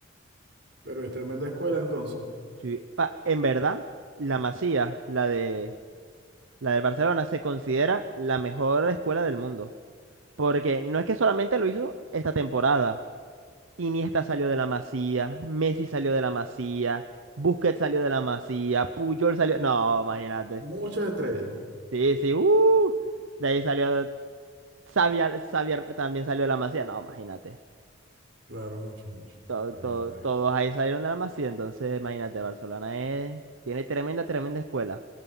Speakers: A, on the right; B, on the right.
A: Pero es tremenda escuela entonces.
B: Sí, pa- en verdad, la Masía, la de la del Barcelona, se considera la mejor escuela del mundo. Porque no es que solamente lo hizo esta temporada. Iniesta salió de la Masía, Messi salió de la Masía, Busquets salió de la Masía, Puyol salió...
A: M-
B: No, imagínate.
A: muchas estrellas.
B: Sí, sí, uh, de ahí salió... Xavi, Al- Xavi Her- también salió de la Masía. No, imagínate.
A: Claro, muchos, muchos.
B: to-
A: Está
B: to-
A: bien, está
B: todos
A: bien.
B: ahí salieron de la Masía, entonces imagínate, Barcelona es, tiene tremenda, tremenda escuela.